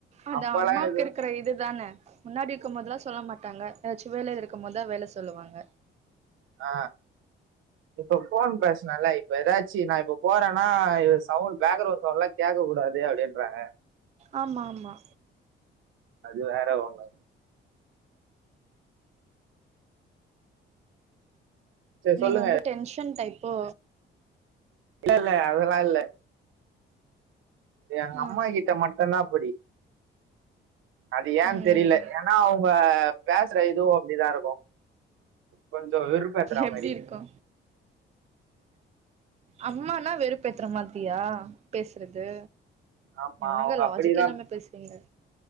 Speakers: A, on the right; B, on the right.
A: அது
B: அப்பல்லா
A: அம்மாக்கு
B: எதுவு
A: இருக்குற இதுதான முன்னாடி இருக்கும்போதெல்லா சொல்ல மாட்டாங்க எதாச்சு வேலல இருக்கும்போதா வேல சொல்லுவாங்க
B: ஆ இப்ப ஃபோன் பேசுனா இப்ப எதாச்சு நா இப்ப போறேனா இ சவுண்ட் பேக்ரவுண்ட் சவுண்ட்லா கேக்க கூடாது அப்டின்றாங்க
A: ஆமா ஆமா
B: அது வேற ஒன்னு சரி
A: நீங்க
B: சொல்லுங்க
A: ரொம்ப டென்ஷன் டைப்போ
B: இல்ல இல்ல அதெல்லா இல்ல எங்க
A: ஆ
B: அம்மா கிட்ட மட்டுந்தா அப்படி அது ஏன்
A: ம்
B: தெரில ஏனா அவுங்க பேசுற இதுவு அப்டிதா இருக்கு கொஞ்சோ வெறுபேத்துற
A: எப்டி
B: மாரி
A: இருக்கு அம்மானா வெறுப்பேத்துற மாத்ரியா பேசுறது
B: ஆமா
A: என்னங்க
B: அவங்க
A: லாஜிக்கே
B: அப்படிதான்
A: இல்லாமே பேசுறீங்க